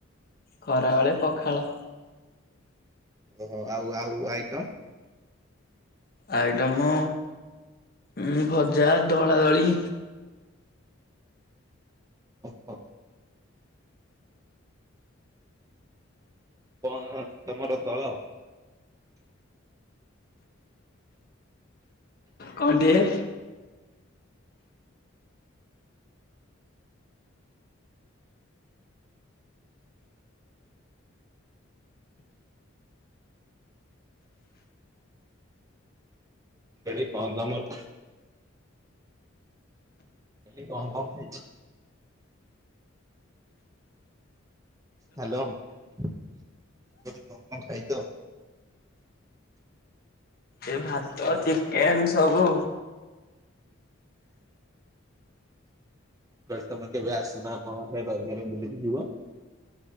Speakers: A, on the left; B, on the right.
A: ଖରାବେଳେ ପଖାଳ।
B: ଓହୋ ଆଉ ଆଉ ଆଇଟମ?
A: ଆଇଟମ ଉଁ ଭଜା ଦଳାଦଳି।
B: ଓହୋ। କଣ ତମର ଦଳ?
A: କହୁନୁ ଟିକେ?
B: ମୁଁ କହିଲି କଣ ତମର ଆଜି କଣ କଣ ଖାଇଛୁ? ହାଲୋ ମୁଁ କହିଲି କଣ କଣ ଖାଇଛ?
A: ଏ ଭାତ ଚିକେନ ସବୁ।
B: ମୁଁ କହିଲି ତମେ କେବେ ଆସୁନ ଆମଆଡେ ରଜରେ ବୁଲିକି ଯିବ।